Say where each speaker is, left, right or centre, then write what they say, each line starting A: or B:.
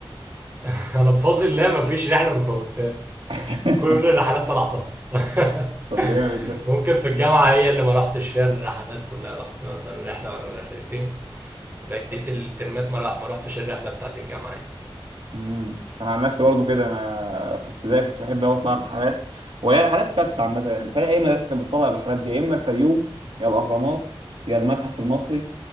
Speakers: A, on the right (about 25°); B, on the right (about 85°).
A: <laughs> انا بفضل الله ما فيش رحلة ما فوتها
B: <laughs>
A: كل الرحلات طلعتها <laughs>
B: طب جامد ده
A: ممكن في الجامعة هي اللي ما رحتش فيها الرحلات كلها رحت مثلا رحلة ولا رحلتين بقيت الترمات ما ما رحتش الرحلة بتاعت الجامعة يعني.
B: امم انا عن نفسي برضه كده انا في ابتدائي كنت بحب قوي اطلع رحلات وهي رحلات ثابته عامه يعني بتهيألي اي مدرسه كانت بتطلع الرحلات دي يا اما الفيوم يا الاهرامات يا المتحف المصري